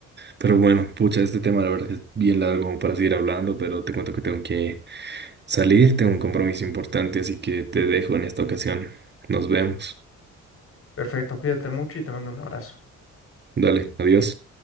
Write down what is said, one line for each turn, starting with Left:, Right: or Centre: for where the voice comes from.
Right: pero bueno, pucha, este tema la verdad que es bien largo como para seguir hablando, pero te cuento que tengo que salir, tengo un compromiso importante, así que te dejo en esta ocasión. Nos vemos.
Left: Perfecto, cuídate mucho y te mando un abrazo.
Right: Dale, adiós.